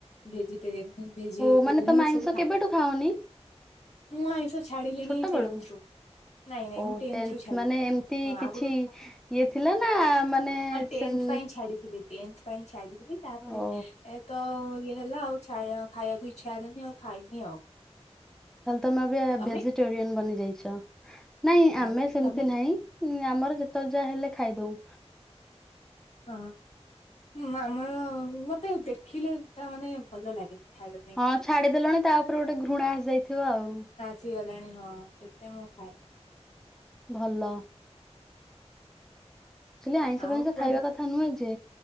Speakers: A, on the left; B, in the centre.
A: ଭେଜିଟେରିଏନ୍ ଭେଜିଟେବୁଲ୍
B: ଓ ମାନେ ତମେ
A: ହିଁ
B: ଆଇଁଷ
A: ଖାଏ଼ଁ
B: କେବେଠୁ ଖାଅନି?
A: ମୁଁ ଆଇଁଷ ଛାଡ଼ିଲିନି
B: ଛୋଟ
A: ଟେନ୍ଥ
B: ବେଳୁ?
A: ରୁ। ନାଇଁ ନାଇଁ
B: ଓ
A: ମୁଁ ଟେନ୍ଥ
B: ଟେନ୍ଥ୍
A: ରୁ ଛାଡିଲି
B: ମାନେ ଏମତି
A: ହଁ
B: କିଛି
A: ଆଗରୁ
B: ଇଏ ଥିଲା ନା ମାନେ
A: ହଁ ଟେନ୍ଥ
B: ସେନ୍
A: ପାଇଁ ଛାଡ଼ିଥିଲି ଟେନ୍ଥ୍ ପାଇଁ ଛାଡ଼ିଥିଲି ତାପରେ
B: ଓ
A: ଏ ତ ଇଏ ହେଲା ଆଉଛାୟା ଖାଇବାକୁ ଇଚ୍ଛା ହେଲାନି ଆଉ ଖାଇନି ଆଉ।
B: ତାହେଲେ ତମେ ଏବେ
A: ତମେ
B: ଭେଜିଟେରିୟନ୍ ବନି ଯାଇଛ ନାଇଁ
A: ହଁ
B: ଆମେ ସେମିତି
A: ତମେ
B: ନାହିଁ। ହୁଁ ଆମର ଯେତେବେଳେ ଯାହା ହେଲେ ଖାଇଦଉ।
A: ହଁଁ ମାମର ମତେ ଦେଖିଲେତା ମାନେ ଭଲ ଲାଗେନି ଖାଇବା ପାଇଁ।
B: ହଁ ଛାଡ଼ିଦେଲଣି ତା ଉପରେ ଗୋଟେ ଘୃଣା ଆସିଯାଇଥିବ ଆଉ।
A: ସି ଗଲାଣି ହଁ ସେଥିପାଇଁ ମୁଁ ଆଉ ଖାଉ
B: ଭଲ। <unintelligible> ଆଇଁଷ
A: ଆଉ
B: ଫାଇଁଷ
A: କୁଆଡେ
B: ଖାଇବା କଥା ନୁହେଁ ଯେ